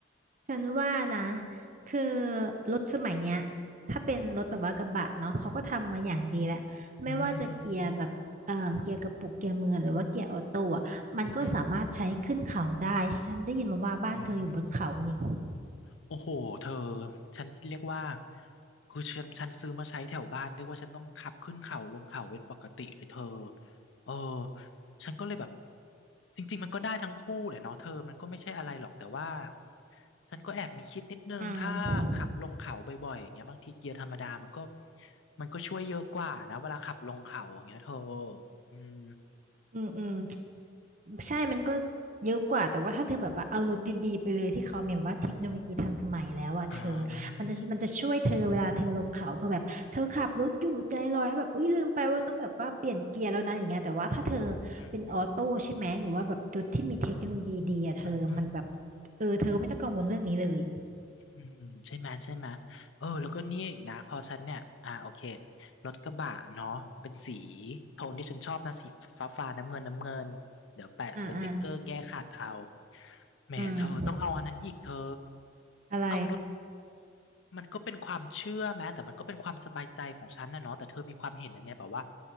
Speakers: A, on the right; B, on the left.
A: ฉันว่านะ คือรถสมัยเนี้ยถ้าเป็นรถแบบว่ากระบะเนาะเขาก็ทำมาอย่างดีแหละ ไม่ว่าจะเกียร์แบบเอ่อเกียร์กระปุกเกียร์มือหรือว่าเกียร์ออโต้อะมันก็สามารถใช้ขึ้นเขาได้
B: อืมอืมอืมอืมอืม
A: ฉันได้ยินมาว่าบ้านเธออยู่บนเขานี่
B: อืม โอ้โห เธอ ฉันเรียกว่า คือฉันฉันซื้อมาใช้แถวบ้านเรียกว่าฉันต้องขับขึ้นเขาลงเขาเป็นปกติเลยเธอเออฉันก็เลยแบบ จริงๆมันก็ได้ทั้งคู่แหละเนาะเธอมันก็ไม่ใช่อะไรหรอกแต่ว่าฉันก็แอบมีคิดนิดนึงถ้าขับลงเขาบ่อยๆอย่างเงี้ยบางทีเกียร์ธรรมดามันก็
A: อืม
B: มันก็ช่วยเยอะกว่านะเวลาขับลงเขาอย่างเงี้ยเธออืม
A: อืมอืม ใช่มันก็เยอะกว่า แต่ว่าถ้าเธอแบบว่าเอารถดีๆไปเลยที่เขามีแบบว่าเทคโนโลยีทันสมัยแล้วอะเธอ
B: อ๋อ
A: มันจะมันจะช่วยเธอเวลาเธอลงเขาเพื่อแบบเธอขับรถอยู่ใจลอยแบบอุ้ยลืมไปว่าต้องแบบว่าเปลี่ยนเกียร์แล้วนะอย่างเงี้ยแต่ว่าถ้าเธอ
B: อืม
A: เป็นออโต้ใช่ไหมหรือว่าแบบรถที่มีเทคโนโลยีดีอะเธอมันแบบ
B: อืมอืม
A: เออเธอไม่ต้องกังวลเรื่องนี้เลย
B: อืมใช่ไหมใช่ไหมเออแล้วก็เนี่ยอีกนะพอฉันเนี่ยอ่าโอเครถกระบะเนาะเป็นสีโทนที่ฉันชอบนะสีฟ้าฟ้าน้ำเงินน้ำเงินเดี๋ยวแปะสติกเกอร์แก้ขัดเอา
A: อ่าอ่า
B: แหมเธอต้องเอาอันนั้นอีกเธอ
A: อืมอะไร
B: เอารถมันก็เป็นความเชื่อแม้แต่มันก็เป็นความสบายใจของฉันนะเนาะแต่เธอมีความเห็นยังไงแบบว่า